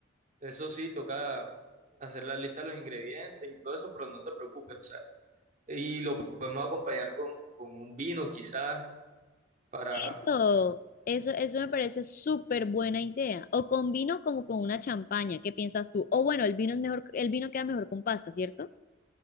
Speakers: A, on the right (about 40°); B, on the left (about 45°).
A: Eso sí, toca hacer la lista de los ingredientes y todo eso, pero no te preocupes, o sea, y lo podemos acompañar con, con un vino quizás para,
B: Eso, eso, eso me parece súper buena idea. O con vino como con una champaña, ¿qué piensas tú? O bueno, el vino es mejor, el vino queda mejor con pasta, ¿cierto?